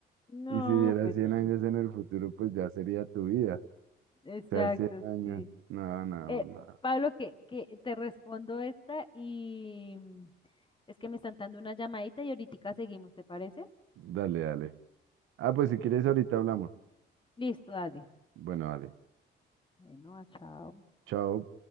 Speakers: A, on the left; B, on the right.
A: No,
B: Y si vivieras
A: pues
B: 100
A: no.
B: años en el futuro, pues ya sería tu vida.
A: Exacto,
B: O sea, 100 años.
A: sí.
B: No, no,
A: Eh,
B: no.
A: Pablo, que, que te respondo esta y mm, es que me están dando una llamadita y ahorita seguimos, ¿te parece?
B: Dale, dale. Ah, pues si quieres ahorita hablamos.
A: Listo, dale.
B: Bueno, dale.
A: Bueno, ah, chao.
B: Chao.